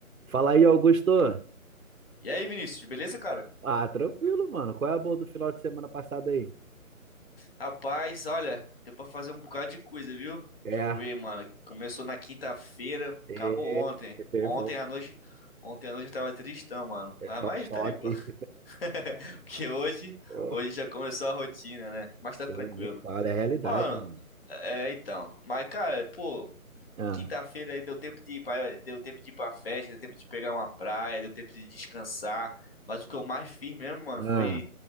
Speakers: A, on the right (about 70°); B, on the left (about 40°).
A: Fala aí, Augusto.
B: E aí, Vinícius, beleza, cara?
A: Ah, tranquilo, mano. Qual é a boa do final de semana passado aí?
B: Rapaz, olha, deu pra fazer um bocado de coisa, viu?
A: É,
B: Deixa eu ver, mano. É. Começou na quinta-feira,
A: teve,
B: acabou ontem.
A: teve,
B: Ontem à noite, ontem à noite eu tava tristão, mano.
A: é
B: Mas
A: só
B: mas
A: um choque.
B: tá de boa, <laughs> porque hoje,
A: Pô,
B: hoje já começou a rotina, né? Mas tá
A: pô,
B: tranquilo.
A: nem fala, é a realidade,
B: Mano,
A: mano.
B: Uhum. é então. Mas, cara, pô.
A: Ah,
B: Quinta-feira aí deu tempo de ir pra, deu tempo de ir pra festa, deu tempo de pegar uma praia, deu tempo de descansar. Mas o que eu mais fiz mesmo, mano,
A: ah,
B: foi